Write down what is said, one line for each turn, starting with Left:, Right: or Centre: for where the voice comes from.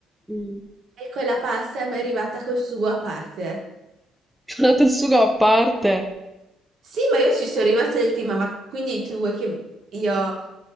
Centre: Mm.
Right: e quella pasta mi è arrivata col sugo a parte.
Centre: <laughs> Col sugo a parte.
Right: Sì, ma io ci sono rimasta del team, ma quindi tu vuoi che io...